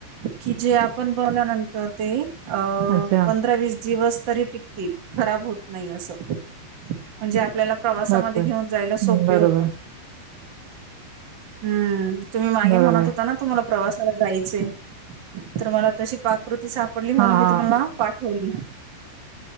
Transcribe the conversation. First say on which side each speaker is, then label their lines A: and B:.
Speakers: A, on the right (about 65°); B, on the right (about 85°).
A: कि जे आपण बनल्यानंतर ते अ
B: अच्छा
A: पंधरा, वीस दिवस तरी खराब होत नाही अस म्हणजे आपल्याला प्रवासामध्ये
B: बरोबर
A: घेऊन जायला सोपे
B: बरोबर
A: होत हम्म तुम्ही मागे
B: बरोबर
A: म्हणत होता ना तुम्हाला प्रवासाला जायचे तर मला तशी पाक कृती सापडली म्हणून
B: हा हा
A: मी तुम्हाला पाठवली